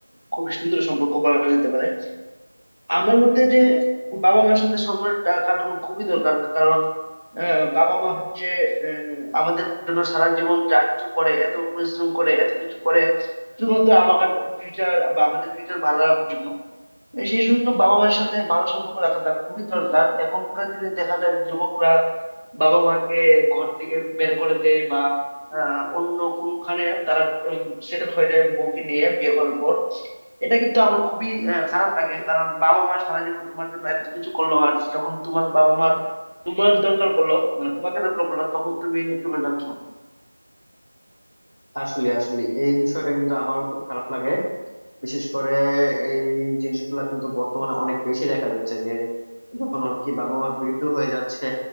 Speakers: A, on the right (about 85°); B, on the left (about 60°).
A: খুবই সুন্দর সম্পর্ক বলা যেতে পারে আমার মতে যে বাবা মার সাথে সময়টা কাটানো খুবই দরকার কারণ আহ, বাবা মা হচ্ছে আহ, আমাদের জন্য সারা জীবন যা কিছু করে এত পরিশ্রম করে এত কিছু করে শুধুমাত্র আমার ফিউচার বা আমাদের ফিউচার ভালো রাখার জন্য সেই জন্য বাবা মায়ের সাথে ভালো সম্পর্ক রাখাটা খুবই দরকার এখনকার দিনে দেখা যায় যুবকরা বাবা মাকে ঘর থেকে বের করে দেয় বা আহ, অন্য কোনোখানে তারা সেটেল হয়ে যায় বউকে নিয়ে বিয়ে করার পর এটা কিন্তু আমার খুবই আহ, খারাপ লাগে কারণ বাবা মা সারা জীবন তোমার জন্য এত কিছু করলো আর যখন তোমার বাবা মার তোমার দরকার পড়লো মানে তোমাকে দরকার পড়লো তখন তুমি চলে যাচ্ছ
B: আসলে আসলে এই বিষয়টা কিন্তু আমারও খুব খারাপ লাগে বিশেষ করে এই জিনিসগুলা কিন্তু বর্তমানে অনেক বেশি দেখা যাচ্ছে যে যখন আর কি বাবা মা বৃদ্ধ হয়ে যাচ্ছে